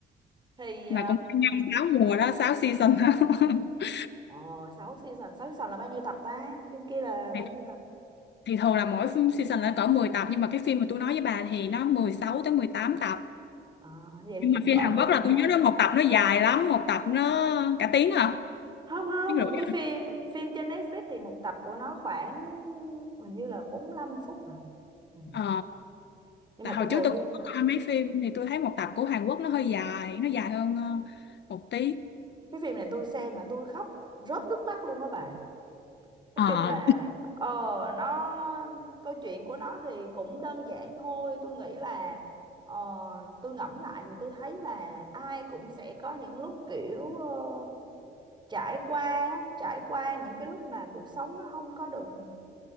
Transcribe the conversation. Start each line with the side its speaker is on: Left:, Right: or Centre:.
Right: thì
Left: là cũng năm sáu mùa đó sáu season đó <laughs>
Right: uh, 6 season 6 season là bao nhiêu tập ta phim kia là bao
Left: thì,
Right: nhiêu tập
Left: thì thường là mỗi phim season là cỡ mười tập nhưng mà cái phim mà tôi nói với bà thì nó mười sáu tới mười tám tập
Right: Ờ, vậy
Left: nhưng
Right: thì cũng
Left: mà phim
Right: cỡ
Left: Hàn
Right: một
Left: Quốc là tôi
Right: trăm
Left: nhớ nó một tập nó dài lắm một tập nó cả tiếng à
Right: không không
Left: tiếng rưỡi
Right: cái phim phim trên Netflix thì một tập của nó khoảng hình như là bốn lăm phút hả ừ.
Left: Ờ,
Right: nhưng
Left: tại
Right: mà
Left: hồi
Right: tôi ngồi
Left: trước tôi
Right: tôi
Left: cũng có coi mấy phim thì tôi thấy một tập của Hàn Quốc nó hơi dài, nó dài hơn ờ, một tí.
Right: cái phim này tôi xem mà tôi khóc rớt nước mắt luôn á bà nói
Left: Ờ,
Right: chung là ờ nó câu chuyện của nó thì cũng đơn giản thôi tôi nghĩ là ờ, tôi ngẫm lại thì tôi thấy là ai cũng sẽ có những lúc kiểu ờ, trải qua á, trải qua những cái lúc mà cuộc sống nó không có được ừ,